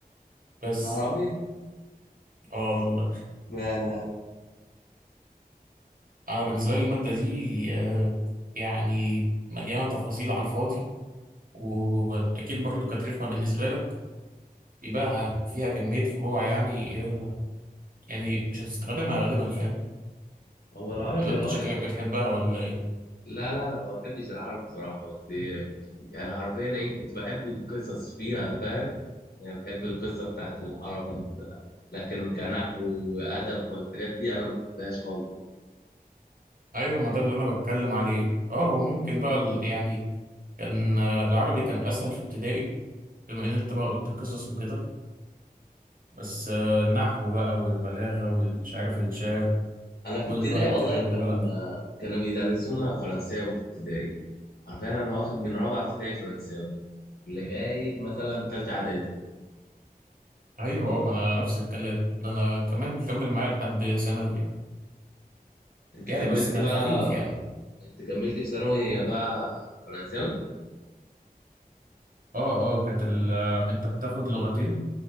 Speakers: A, on the right (about 65°); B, on the left (about 75°).
A: بس
B: العربي
A: آه والله
B: انا
A: أنا بالنسبة لي المادة دي آه، يعني مليانة تفاصيل على الفاضي و- وأكيد برضو كانت رخمة بالنسبة لك يبقى ه- فيها كمية فروع يعني يعني مش هتستخدمها غالبا فاهم
B: هو العربي
A: لا انت
B: اه
A: شكلك
B: يعني
A: بتحبها ولا ايه
B: لا لا لا ما بحبش العربي بصراحه بس يعني حرفيا ايه كنت بحب القصص فيها فاهم يعني بحب القصه بتاعت العربي نفسها لكن كنحو وادب والحاجات دي انا ما بحبهاش خالص
A: ايوه ما ده اللي انا بتكلم عليه اه هو ممكن بقى ال- يعني كان آه، العربي كان اسهل في ابتدائي بما ان انت بقى قلت القصص وكده بس آه، النحو بقى والبلاغة والمش عارف الشعر
B: انا في
A: كل
B: ابتدائي
A: بقى الكلام
B: والله كان
A: ده بقى
B: كانوا بيدرسونا فرنساوي في ابتدائي عارفين انا واخد من رابعه ابتدائي فرنساوي لغايه مثلا تالته اعدادي
A: ايوه اه ما انا نفس الكلام ده انا كمان مكمل معايا لحد ثانوي يعني
B: انت
A: يعني
B: كملت
A: بس كان
B: بقى
A: خفيف يعني
B: انت كملت في ثانوي بقى فرنساوي
A: اه اه كانت ال- آه، انت بتاخد لغتين